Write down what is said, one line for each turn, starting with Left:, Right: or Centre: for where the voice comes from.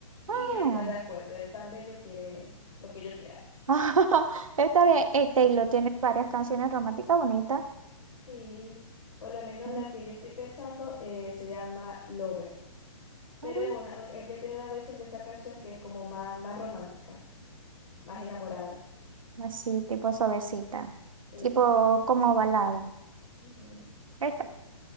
Right: ah.
Left: Y él está de acuerdo, él tan bello quiere lo que yo quiera.
Right: <laughs> Está bien, eh, Taylor tiene varias canciones románticas bonitas.
Left: Sí, por lo menos
Right: Mm,
Left: la que yo estoy pensando eh, se llama Lover. Pero
Right: ah,
Left: es una, él ya tiene una versión de esa canción que es como más, más romántica. Más enamorada.
Right: Así, tipo suavecita.
Left: Exacto.
Right: Tipo como balada.
Left: Ujú.
Right: Esta,